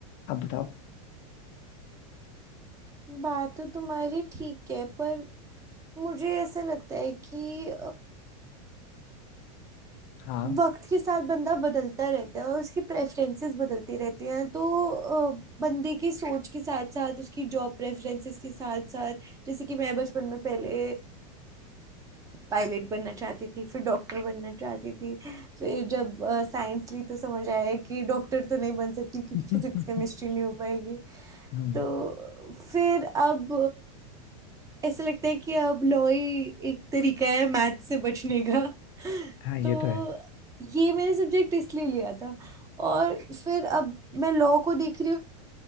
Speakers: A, on the left (about 35°); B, on the right (about 15°).
A: आप बताओ
B: बात तो तुम्हारी ठीक है पर मुझे ऐसा लगता है कि
A: हाँ
B: वक्त के साथ बंदा बदलता रहता है और उसकी प्रेफरेंसेस बदलती रहती हैं तो अ, बंदे की सोच के साथ साथ उसकी जॉब प्रेफरेंसेस के साथ साथ जैसे कि मैं बचपन में पहले पायलट बनना चाहती थी फिर डॉक्टर बनना चाहती थी फिर जब साइंस ली तो समझ आया कि डॉक्टर तो नहीं बन सकती क्योंकि
A: <laughs>
B: फिजिक्स केमिस्ट्री नहीं हो पाएगी
A: हम्म
B: तो फिर अब ऐसा लगता है कि अब लॉ ही एक तरीका है मैथ से बचने का <laughs>
A: हाँ ये
B: तो
A: तो है
B: ये मैंने सब्जेक्ट इसलिए लिया था और फिर अब मैं लॉ को देख रही हूँ